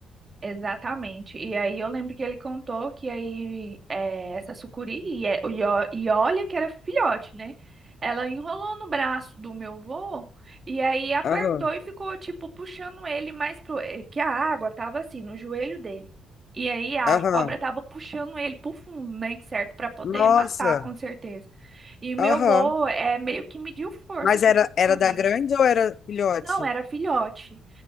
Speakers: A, on the right (about 35°); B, on the left (about 55°).
A: Exatamente. E aí eu lembro que ele contou que aí eh, essa sucuri, e, é- e ó- e olha que era filhote, né? Ela enrolou no braço do meu vô e aí apertou
B: Aham,
A: e ficou tipo puxando ele mais pro... eh, Que a água tava assim, no joelho dele. E aí a
B: aham.
A: cobra tava puxando ele pro fundo, né? Certo? Pra poder
B: Nossa,
A: matar, com certeza. E meu
B: aham.
A: vô é, meio que mediu força
B: Mas
A: com
B: era,
A: essa sucuri.
B: era da grande ou era filhote?
A: Não, era filhote.